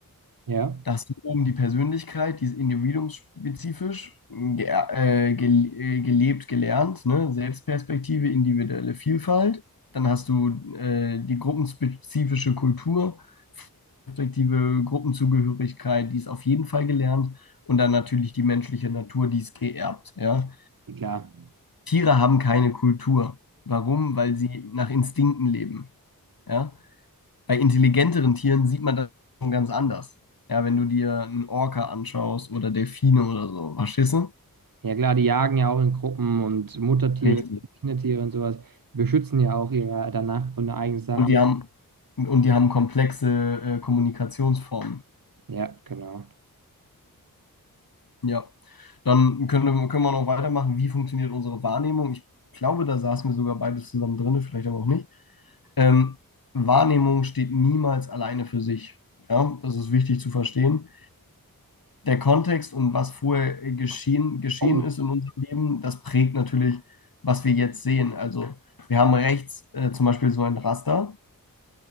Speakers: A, on the right (about 70°); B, on the left (about 75°).
A: ja,
B: Da hast du oben die Persönlichkeit, die ist individuumsspezifisch mm, ge äh, gel äh, gelebt, gelernt, ne? Selbstperspektive, individuelle Vielfalt. Dann hast du äh, die gruppenspezifische Kultur, respektive Gruppenzugehörigkeit, die ist auf jeden Fall gelernt. Und dann natürlich die menschliche Natur, die ist geerbt. Ja?
A: klar.
B: Tiere haben keine Kultur. Warum? Weil sie nach Instinkten leben. Ja? bei intelligenteren Tieren sieht man das schon ganz anders. Ja, wenn du dir einen Orca anschaust oder Delfine oder so, verstehst du?
A: Ja, klar, die jagen ja auch in Gruppen und Muttertiere,
B: Richtig.
A: Kindertiere und sowas. Die beschützen ja auch ihre danach und eigene Sachen.
B: Und die haben, und die haben komplexe äh, Kommunikationsformen.
A: Ja, genau.
B: Ja. Dann können, wir- können wir noch weitermachen. Wie funktioniert unsere Wahrnehmung? Ich glaube, da saßen wir sogar beides zusammen drin, vielleicht aber auch nicht. Ähm, Wahrnehmung steht niemals alleine für sich. Ja, das ist wichtig zu verstehen. der Kontext und was vorher äh, geschehen, geschehen
A: Oh.
B: ist in unserem Leben, das prägt natürlich, was wir jetzt sehen. Also wir haben rechts äh, zum Beispiel so ein Raster